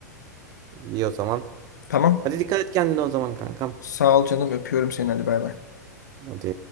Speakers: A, on the right; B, on the left.
A: İyi o zaman.
B: Tamam.
A: Hadi dikkat et kendine o zaman kankam.
B: Sağ ol canım öpüyorum seni hadi bay bay.
A: Hadi.